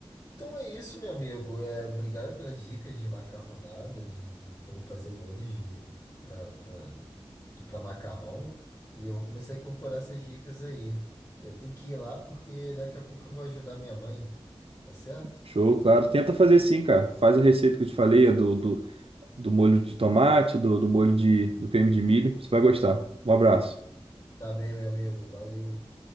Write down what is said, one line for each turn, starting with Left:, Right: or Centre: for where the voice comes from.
Left: Então é isso, meu amigo. É, obrigado pelas dicas de macarronada, de, de como fazer molhos de para para de para macarrão. E eu vou começar a incorporar essas dicas aí. Eu tenho que ir lá porque daqui a pouco eu vou ajudar minha mãe. Tá certo?
Right: Show, claro. Tenta fazer sim, cara. Faz a receita que eu te falei, a do, do, do molho de tomate, do, do molho de, do creme de milho. Você vai gostar. Um abraço.
Left: Tá bem, meu amigo. Valeu.